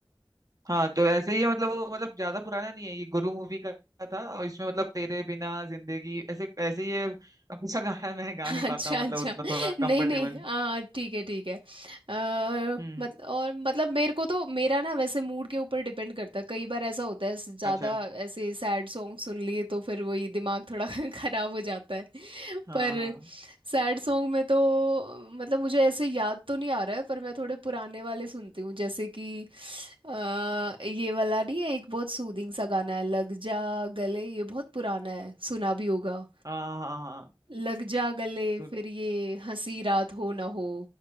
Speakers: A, on the right; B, on the right.
A: हाँ तो ऐसे ही है मतलब वो मतलब ज्यादा पुराना नहीं है ये गुरु मूवी का था और इसमें मतलब तेरे बिना जिंदगी ऐसे ऐसे ही है अब सा गाना मैं गा नहीं पाता
B: अच्छा
A: हूँ
B: अच्छा
A: मतलब उतना थोड़ा कंफर्टेबल
B: नहीं नहीं
A: हूँ
B: हाँ ठीक है ठीक है आ,
A: हम्म
B: मत, और मतलब मेरे को तो मेरा ना वैसे मूड के ऊपर डिपेंड करता है कई बार ऐसा होता है ज़्यादा
A: अच्छा
B: ऐसे सैड सॉन्ग सुन लिए तो फिर वही दिमाग थोड़ा <laughs> खराब हो जाता है
A: हाँ
B: पर
A: हाँ
B: सैड सॉन्ग में तो मतलब मुझे ऐसे याद तो नहीं आ रहा है पर मैं थोड़े पुराने वाले सुनती हूँ जैसे कि अ, ये वाला नहीं है एक बहुत सूदिंग सा गाना है लग जा गले ये बहुत पुराना है सुना भी होगा
A: हाँ हाँ हाँ
B: लग जा गले
A: सुन
B: फिर ये हंसी रात हो ना हो